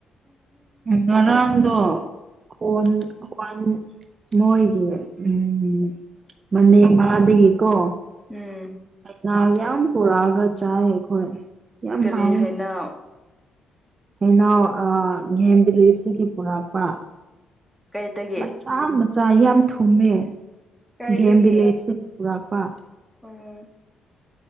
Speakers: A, on the right (about 40°); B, in the centre.
A: ꯉꯔꯥꯡꯗ ꯐꯣꯟ ꯊꯨꯒꯥꯏ ꯃꯣꯏꯒꯤ ꯎꯝ ꯃꯅꯦ ꯅꯥꯕꯒꯤ ꯀꯣ
B: ꯎꯝ
A: ꯂ ꯌꯥꯝ ꯄꯨꯔꯛꯑꯒ ꯆꯥꯏ ꯑꯩꯈꯣꯏ ꯌꯥꯝ
B: ꯀꯔꯤ
A: ꯍꯥꯎꯋꯤ
B: ꯍꯥꯏꯅꯣ
A: ꯍꯦꯅꯥꯎ ꯑꯥ ꯒꯦꯝ ꯚꯤꯂꯦꯖꯇꯒꯤ ꯄꯨꯔꯛꯄ
B: ꯀꯩꯗꯒꯤ
A: ꯃꯆꯥ ꯃꯆꯥ ꯌꯥꯝ ꯊꯨꯝꯃꯦ
B: ꯀꯥꯏꯗꯒꯤ
A: ꯒꯦꯝꯚꯤꯂꯦꯖꯇꯒꯤ ꯄꯨꯔꯛꯄ
B: ꯑꯣ